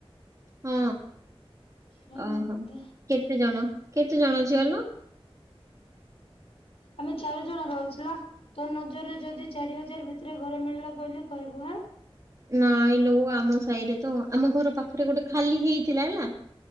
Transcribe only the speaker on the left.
ହେଲା
ବୋଧେ
ଆମେ ଚାରି ଜଣ ରହୁଚୁ ଲୋ। ତୋ ନଜରରେ ଯଦି ଚାରି ହଜାର ଭିତରେ ଘର ମିଳିଲା କହିଲେ କହିବୁ ହାଁ।